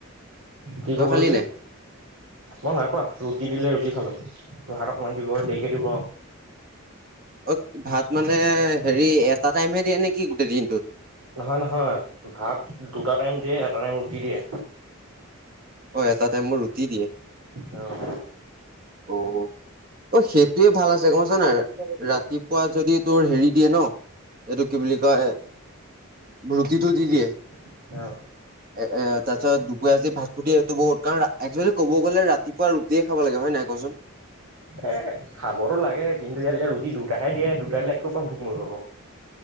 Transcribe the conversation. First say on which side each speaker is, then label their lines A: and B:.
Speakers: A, on the right (about 80°); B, on the right (about 40°).
A: কি
B: তই
A: কব
B: খালি
A: লৈছিলি?
B: নাই
A: মই নাই খোৱা, ৰুটি দিলে ৰুটি খালোঁ, ভাত অকণমান দিব দেৰিকে দিব।
B: অত ভাত মানে হেৰি এটা টাইমহে দিয়ে নেকি গোটেই দিনটোত?
A: নহয় নহয় ভাত দুটা টাইম দিয়ে, এটা টাইম ৰুটি দিয়ে।
B: অ এটা টাইম মই ৰুটি দিয়ে।
A: অ।
B: অ। অ সেইটোয়ে ভাল আছে গম পাইছা নাই? ৰাতিপুৱা যদি তোৰ হেৰি দিয়ে ন এইটো কি বুলি কয় ৰুটিটো দি
A: ৰুটি
B: দিয়ে।
A: অ।
B: এ এ তাৰ পিছত দুপৰীয়া যদি ভাতটো দিয়ে সেইটো বহুত কাৰণ একচুৱেলি ক'ব গ'লে ৰাতিপুৱা ৰুটিয়ে খাব লাগে হয় নাই কচোন
A: এ খাবতো লাগে কিন্তু ইয়াত এতিয়া ৰুটি দুটাহে দিয়ে দুটা দিলে কপা ভোক মৰিব বাও